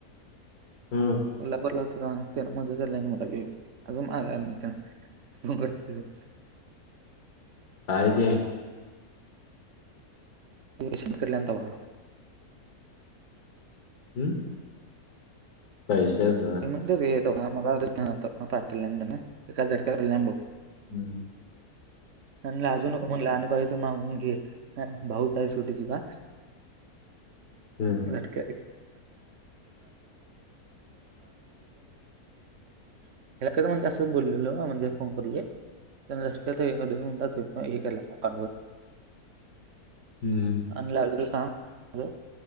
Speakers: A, on the left; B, on the right.
A: हम्म.
B: ला बरला होता त्या मजा केला मला अजून आला नाही <unintelligible> द बारतेज <unintelligible>
A: काय ते.
B: शिकल्यावर तवा?
A: हम्म पैसेच
B: <unintelligible>
A: हम
B: लाजू नको काही लागल मागून घे. सुटची का
A: ह
B: झटक <unintelligible> <unintelligible> <unintelligible>
A: हम्म
B: आणि लागलं तर सांग